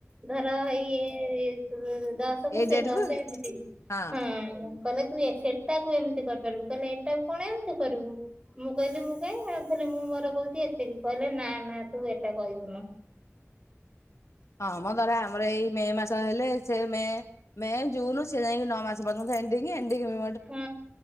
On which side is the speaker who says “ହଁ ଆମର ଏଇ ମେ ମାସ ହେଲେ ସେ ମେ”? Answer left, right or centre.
Left